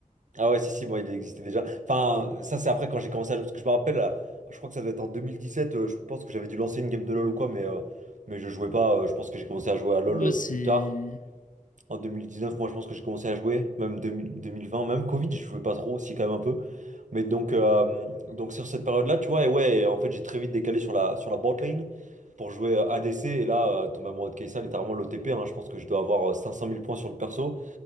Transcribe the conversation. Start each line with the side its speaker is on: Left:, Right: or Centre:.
Right: ah ouais, si, si, bon, il existait déjà. Enfin, ça, c'est après quand j'ai commencé à... Parce que je me rappelle, euh, je crois que ça devait être en 2017, euh, je pense que j'avais dû lancer une game de LoL ou quoi, mais, euh, mais je jouais pas. euh, je pense que j'ai commencé à jouer à LoL
Left: Pour moi,
Right: euh,
Left: c'est...
Right: plus tard. En 2019, moi, je pense que j'ai commencé à jouer, même 2000 2020, même Covid, je jouais pas trop aussi, quand même un peu. Mais donc, euh, donc sur cette période-là, tu vois, et ouais, en fait, j'ai très vite décalé sur la, sur la bot lane pour jouer euh, ADC, et là, euh, tomber amoureux de Kai'Sa, littéralement l'OTP, hein, je pense que je dois avoir euh, cinq cent mille points sur le perso